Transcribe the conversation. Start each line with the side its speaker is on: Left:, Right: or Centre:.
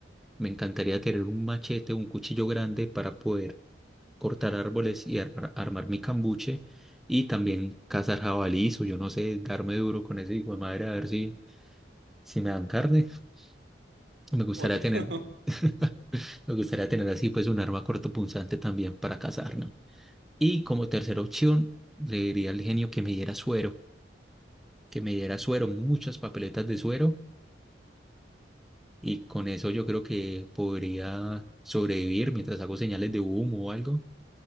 Centre: Me encantaría tener un machete o un cuchillo grande para poder cortar árboles y armar, armar mi cambuche y también cazar jabalíes o yo no sé, darme duro con ese hijo de madre a ver si, si me dan carne. <laughs> Me gustaría
Right: o tú.
Centre: tener,
Right: <laughs>
Centre: <laughs> me gustaría tener así pues un arma cortopunzante también para cazar, ¿no? Y como tercera opción, le diría al genio que me diera suero, que me diera suero, muchas papeletas de suero y con eso yo creo que podría sobrevivir mientras hago señales de humo o algo.